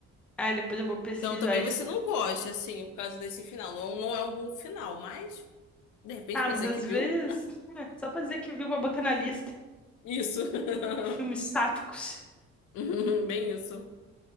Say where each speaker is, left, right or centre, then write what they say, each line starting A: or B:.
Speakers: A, in the centre; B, on the left.
A: Aí depois eu vou pesquisar
B: Então talvez
A: esse.
B: você não goste, assim, por causa desse final. Não, não é um bom final, mas de repente
A: Ah,
B: pode
A: mas
B: dizer
A: às
B: que viu.
A: vezes, é, só pra dizer que viu pra botar na lista.
B: <laughs> Isso. <laughs>
A: E filmes sáficos.
B: <laughs> Bem isso.